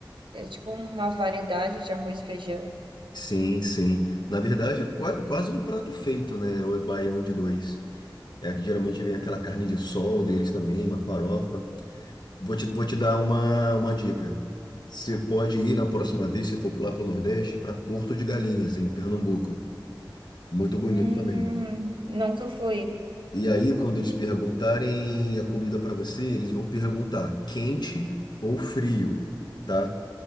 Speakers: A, on the right (about 85°); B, on the left (about 65°).
A: é tipo uma variedade de arroz e feijão.
B: Sim, sim. Na verdade, é qua- é quase um prato feito, né? O baião de dois. É, geralmente vem aquela carne de sol deles também, uma farofa. Vou te, vou te dar uma, uma dica. Você pode ir na próxima vez, se for lá para o Nordeste, para Porto de Galinhas, em Pernambuco. Muito bonito
A: Hum,
B: também.
A: nunca fui.
B: E aí, quando eles perguntarem a comida para você, eles vão perguntar quente ou frio, tá?